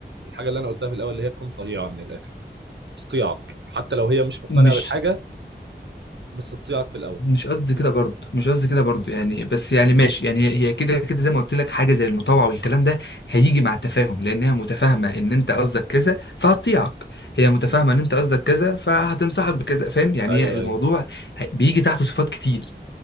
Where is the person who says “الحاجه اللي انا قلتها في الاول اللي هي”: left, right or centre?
Right